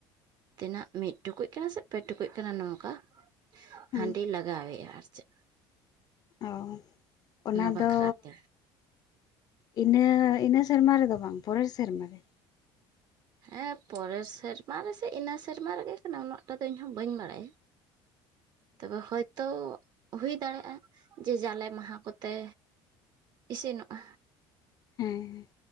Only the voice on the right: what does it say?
ᱛᱤᱱᱟᱹᱜ ᱢᱤᱫ ᱴᱩᱠᱩᱡ ᱠᱟᱱᱟ ᱥᱮ ᱯᱮ ᱴᱩᱠᱩᱡ ᱠᱟᱱᱟ ᱱᱚᱝᱠᱟ
ᱦᱟᱺᱰᱤ ᱞᱟᱜᱟᱣ ᱟᱭᱟ, ᱟᱨ ᱪᱮᱫ
ᱵᱟᱠᱷᱨᱟ
ᱛᱮ
ᱦᱮᱸ ᱯᱚᱨᱮᱨ ᱥᱮᱨᱢᱟ ᱨᱮᱥᱮ ᱤᱱᱟᱹ ᱥᱮᱨᱢᱟ ᱨᱮᱜᱮ ᱠᱟᱱᱟ ᱩᱱᱟᱹᱜ ᱴᱟᱜ ᱫᱚ ᱤᱧ ᱦᱚᱸ ᱵᱟᱹᱧ ᱵᱟᱲᱟᱭᱟ᱾ ᱛᱚᱵᱮ ᱦᱚᱭ ᱛᱚ ᱦᱩᱭ ᱫᱟᱲᱮᱭᱟᱜᱼᱟ ᱡᱮ ᱡᱟᱞᱮ ᱢᱟᱦᱟ ᱠᱚᱛᱮ ᱤᱥᱤᱱᱚᱜᱼᱟ᱾